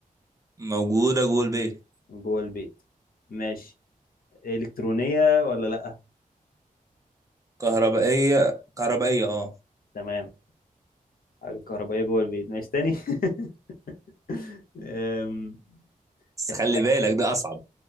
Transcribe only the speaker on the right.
موجودة جوه البيت
كهربائية كهربائية اه
بس
خلي بالك ده أصعب